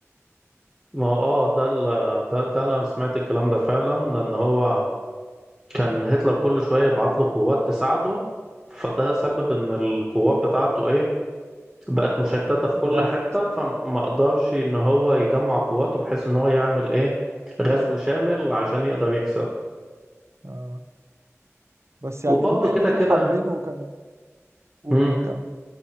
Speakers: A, in the centre; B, on the right.
A: ما هو اه ده ال ده, ده انا سمعت الكلام ده فعلا ان هو كان هتلر كل شويه يبعت له قوات تساعده فده سبب ان القوات بتاعته ايه بقت مشتته في كل
B: ضعفت
A: حته فما قدرش ان هو يجمع قواته بحيث ان هو يعمل ايه غزو شامل عشان يقدر يكسب
B: آه. بس
A: وبرضه
B: يعني بما
A: كده
B: إن دول
A: كده
B: حربين وكانوا قولوا
A: مم.
B: الكم